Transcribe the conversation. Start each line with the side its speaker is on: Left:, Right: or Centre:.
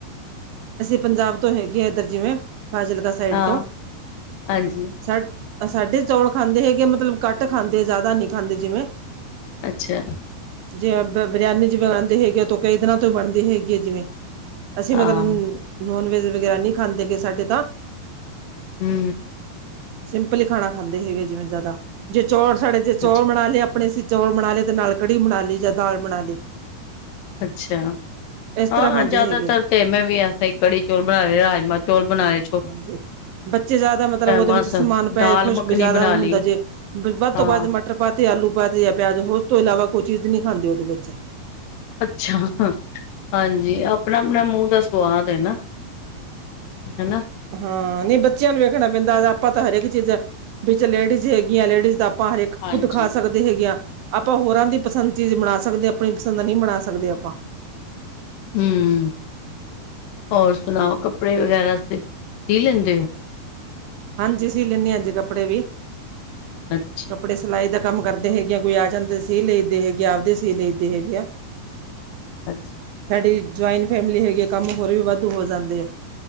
Right: ਅਸੀਂ ਪੰਜਾਬ ਤੋਂ ਹੈਗੇ ਇੱਧਰ ਜਿਵੇਂ ਫ਼ਾਜ਼ਿਲਕਾ ਸਾਈਡ
Left: ਹਾਂ
Right: ਤੋਂ,
Left: ਹਾਂਜੀ
Right: ਸਾ ਤਾਂ ਸਾਡੇ ਚੌਲ ਖਾਂਦੇ ਹੈਗੇ, ਮਤਲਬ ਘੱਟ ਖਾਂਦੇ ਜ਼ਿਆਦਾ ਨੀ ਖਾਂਦੇ ਜਿਵੇਂ‌।
Left: ਅੱਛਾ।
Right: ਜੇ ਉਹਦਾ ਬਰਿਆਨੀ 'ਚ ਬਣਾਂਦੇ ਹੈਗੇ ਆ, ਉਹ ਕਈ ਤਰਾਂ ਤੋਂ ਬਣਦੀ ਹੈਗੀ ਏ ਜਿਵੇਂ। ਅਸੀਂ
Left: ਹਾਂ
Right: ਮਤਲ, ਨੋਨ ਵੈਜ਼ ਵਗੈਰਾ ਨੀ ਖਾਂਦੇ ਹੇਗੇ ਸਾਡੇ ਤਾਂ।
Left: ਹੂੰ
Right: ਸਿੰਪਲ ਈ ਖਾਣਾ ਖਾਂਦੇ ਹੈਗੇ ਜਿਵੇਂ ਜ਼ਿਆਦਾ, ਜੇ ਚੋਲ਼ ਸਾਡੇ ਜੇ ਚੋਲ਼
Left: ਅੱਛਾ
Right: ਬਣਾ ਲਏ ਆਪਣੇ ਚੌਲ ਬਣਾਲੇ, ਤੇ ਨਾਲ਼ ਕੜੀ ਬਣਾਲੀ ਜਾ ਦਾਲ ਬਣਾਲੀ।
Left: ਅੱਛਾ,
Right: ਇਸ ਤਰ੍ਹਾਂ
Left: ਹਾਂ,
Right: ਖਾਂਦੇ
Left: ਜ਼ਿਆਦਾਤਰ
Right: ਹੈਗੇ ਆ
Left: ਤੇ ਮੈਂ ਵੀ ਏਸ ਤਰ੍ਹਾਂ ਈ ਕੜੀ-ਚੌਲ ਬਣਾਏ, ਰਾਜਮਾਂ-ਚੌਲ ਬਣਾਏ।
Right: ਹਾਂਜੀ, ਬੱਚੇ ਜ਼ਿਆਦਾ ਮਤਲਬ ਉਹਦੇ
Left: ਬਸ
Right: ਵਿੱਚ ਸਮਾਨ ਪੈ
Left: ਦਾਲ
Right: ਖੁਸ਼
Left: ਮੱਖਣੀ
Right: ਜ਼ਿਆਦਾ
Left: ਬਣਾ
Right: ਨੀ ਹੁੰਦਾ
Left: ਲਈ
Right: ਜੇ,
Left: ਹਾਂ
Right: ਤੋਂ ਵੱਧ ਮ ਟਰ ਪਾਤੇ, ਆਲੂ ਪਾਤੇ ਯਾ ਪਿਆਜ਼, ਉਸ ਤੋਂ ਇਲਾਵਾ ਕੋਈ ਚੀਜ਼ ਨਹੀਂ ਖਾਂਦੇ ਉਹਦੇ ਵਿੱਚ।
Left: ਅੱਛਾ, ਹਾਂਜੀ ਆਪਣਾ-ਆਪਣਾ ਮੂੰਹ ਦਾ ਸਵਾਦ ਐ ਨਾ। ਹੈਨਾ।
Right: ਹਾਂ, ਨਹੀਂ, ਬੱਚਿਆਂ ਨੂੰ ਵੇਖਣਾ ਪੈਂਦਾ ਆਪਾਂ ਤਾਂ ਹਰੇਕ ਚੀਜ਼, ਬੀਚ ਲੇਡੀਜ਼ ਹੈਗੀਆਂ ਲੇਡੀਜ਼ ਦਾ ਪਾਂ ਹਰੇਕ,
Left: ਹਾਂਜੀ
Right: ਖੁਦ ਖਾ ਸਕਦੇ ਹੇਗੀਆਂ, ਆਪਾਂ ਹੋਰਾਂ ਦੀ ਪਸੰਦ ਚੀਜ਼ ਬਣਾ ਸਕਦੇ, ਆਪਣੀ ਪਸੰਦ ਨ੍ਹੀਂ ਬਣਾ ਸਕਦੇ ਆਪਾਂ।
Left: ਹੂੰ, ਹੋਰ ਸੁਣਾਓ, ਕੱਪੜੇ ਵਗੈਰਾ ਸੀ, ਸੀ ਲੈਂਦੇ ਓ?
Right: ਹਾਂਜੀ, ਸੀ ਲੈਂਨੀ ਆ ਜੀ ਕੱਪੜੇ ਵੀ।
Left: ਅੱਛਾ।
Right: ਕੱਪੜੇ ਸਿਲਾਈ ਦਾ ਕੰਮ ਕਰਦੇ ਹੈਗੇ ਆ ਕੋਈ ਆ ਜਾਂਦੇ ਸੀ, ਸੀ ਲਈ ਦੇ ਹੈਗੇ ਆ, ਆਪਦੇ ਸੀ ਲਈਦੇ ਹੇਗੇ ਆ।
Left: ਅੱਛਾ।
Right: ਸਾਡੀ ਜੁਆਇੰਟ ਫੈਮਿਲੀ ਹੈਗੀ ਆ ਕੰਮ ਹੋਰ ਵੀ ਵਾਧੂ ਹੋ ਜਾਂਦੇ ਆ।